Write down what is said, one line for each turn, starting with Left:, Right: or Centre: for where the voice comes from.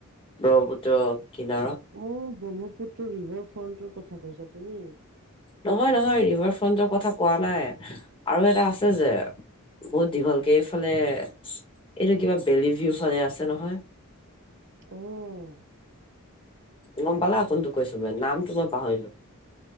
Left: ব্ৰহ্মপুত্ৰ, কিনাৰত
Right: অ' ব্ৰহ্মপুত্ৰ ৰিভাৰ ফ্ৰণ্টৰ কথা কৈছা তুমি।
Left: নহয় - নহয় ৰিভাৰ ফ্ৰণ্টৰ কথা কোৱা নাই আৰু এটা আছে যে। বহুত দীঘলকে এইফালে এইটো কিবা বেলি ভিউ ফালে আছে নহয়।
Right: অ'
Left: গম পালা কোনটো কৈছো মান নামটো মই পাহৰিলো।